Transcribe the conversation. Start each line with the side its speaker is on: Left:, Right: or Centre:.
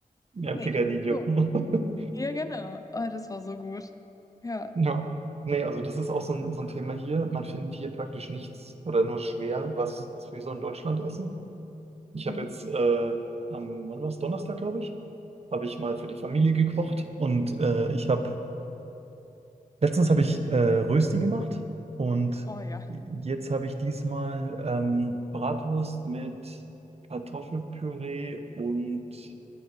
Right: Ja,
Left: Nee.
Right: Picadillo.
Left: So.
Right: <laughs>
Left: Ja, genau. Oh, das war so gut. Ja.
Right: Ja. Nee, also das ist auch so ein, so ein Thema hier. Man findet hier praktisch nichts oder nur schwer, was, was wir so in Deutschland essen. Ich
Left: Mhm.
Right: habe jetzt äh, am, wann war's? Donnerstag, glaube ich, habe ich mal für die Familie gekocht und äh, ich habe, letztens habe ich äh, Rösti gemacht und
Left: Oh ja,
Right: jetzt habe ich diesmal ähm, Bratwurst mit Kartoffelpüree und